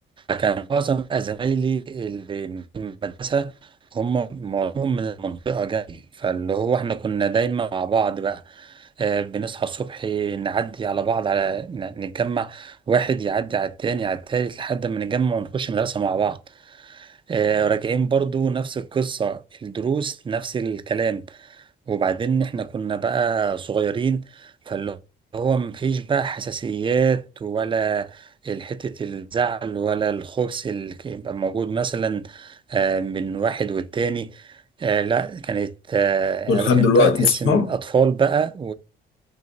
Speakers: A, on the right; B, on the left.
A: فكان معظم بقى زمايلي اللي من المدرسه هم معظمهم من المنطقه جاي فاللي هو احنا كنا دايما مع بعض بقى آه، بنصحى الصبح نعدي على بعض على ن- نتجمع واحد يعدي على التاني على التالت لحد ما نتجمع ونخش مدرسه مع بعض آه، راجعين برضو نفس القصة الدروس نفس الكلام وبعدين احنا كنا بقى صغيرين فاللي هو مفيش بقى حساسيات ولا حتة الزعل ولا الخبث اللي كان يبقى موجود مثلا آه، من واحد والتاني آه، لا كانت آه،
B: ولحد
A: عارف انت
B: دلوقتي
A: تحس
B: صحاب
A: ان اطفال بقى